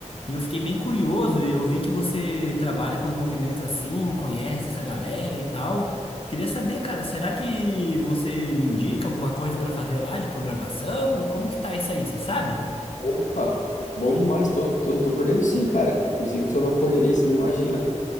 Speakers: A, on the left (about 45°); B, on the left (about 80°).
A: E eu fiquei bem curioso e eu vi que você trabalha com os movimentos assim, conhece essa galera e tal. Queria saber, cara, será que você me indica alguma coisa pra fazer lá de programação? Como que tá isso aí, você sabe?
B: Opa, bom demais. Tô, tô, tô por dentro sim, cara. Inclusive, tô numa correria, você não imagina.